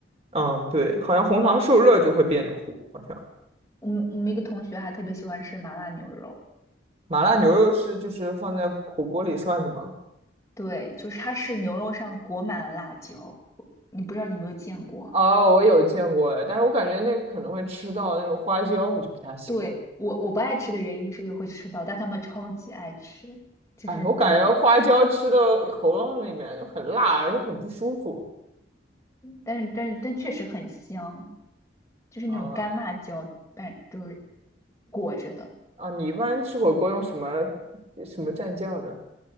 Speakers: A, on the right; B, on the left.
A: 嗯，对，好像红糖受热就会变苦，好像
B: 我们我们一个同学还特别喜欢吃麻辣牛肉。
A: 麻辣牛肉是就是放在火锅里涮的吗？
B: 对，就是它是牛肉上裹满了辣椒，你不知道你有没有见过？
A: 哦，我有见过，但是我感觉那个可能会吃到那种花椒，我就不太喜欢。
B: 对，我我不爱吃的原因就是因为会吃到，但他们超级爱吃，就是可能，
A: 哎，我感觉花椒吃到喉咙里面就很辣，就很不舒服。
B: 但是但是但确实很香，就是那种干辣椒，
A: 啊
B: 但就是裹着的
A: 啊，你一般吃火锅用什么什么蘸酱呢？